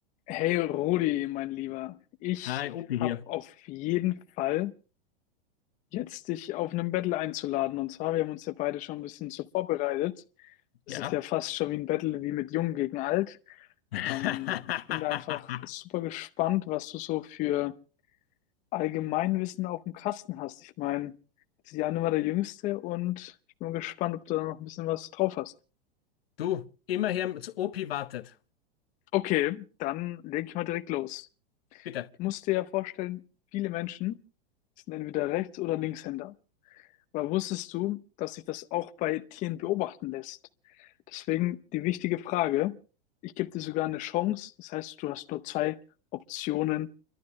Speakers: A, on the left; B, on the left.
A: Hey Rudi, mein Lieber, ich
B: Hi, Opi
A: habe
B: hier.
A: auf jeden Fall jetzt dich auf einen Battle einzuladen. Und zwar, wir haben uns ja beide schon ein bisschen so vorbereitet. Das
B: Ja.
A: ist ja fast schon wie ein Battle wie mit Jung gegen Alt.
B: <laughs>
A: Ähm, ich bin da einfach super gespannt, was du so für Allgemeinwissen auf dem Kasten hast. Ich meine, das ist ja immer der Jüngste und ich bin gespannt, ob du da noch ein bisschen was drauf hast.
B: Du, immer hier zu Opi wartet.
A: Okay, dann leg ich mal direkt los.
B: Bitte.
A: Du musst dir ja vorstellen, viele Menschen sind entweder Rechts- oder Linkshänder. Aber wusstest du, dass sich das auch bei Tieren beobachten lässt? Deswegen die wichtige Frage, ich gebe dir sogar eine Chance, das heißt, du hast nur zwei Optionen,